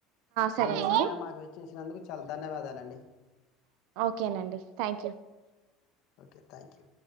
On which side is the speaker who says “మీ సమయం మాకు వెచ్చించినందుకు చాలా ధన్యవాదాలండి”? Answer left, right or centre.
Left